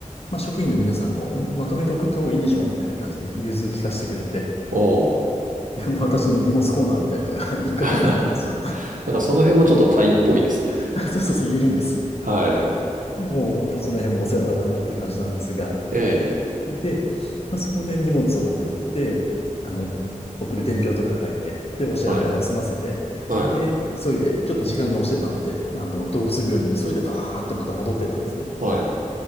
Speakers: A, on the left; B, on the right.
A: まあ、職員の皆さんも、まとめておくといいんでしょうみたいな感じで融通聞かせてくれて、
B: ああ。
A: で、もう私の荷物コーナーみたいのが <laughs> 一角にあったんですよ。
B: <laughs> なんかその辺もちょっとタイっぽいですね。
A: <laughs> そうそうそう、緩いんです。
B: はい。
A: いやもう本当その辺もお世話になったなっていう感じなんですが、
B: ええ。
A: で、まあ、そこで荷物を送って、あの、送る伝票とか書いて、で、お支払いを済ませて、
B: はい。はい。
A: で、急いで、ちょっと時間が押してたので、あの、動物病院に急いでバーってまた戻ってったんですね。
B: はい。